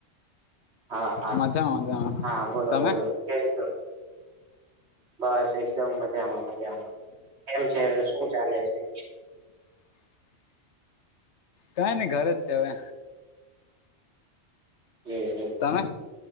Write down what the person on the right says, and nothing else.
હા હા
હા
બોલો
બોલો કેમ છો બસ એકદમ મજામાં મજામાં. કેમ છે શું ચાલે છે.
જ જ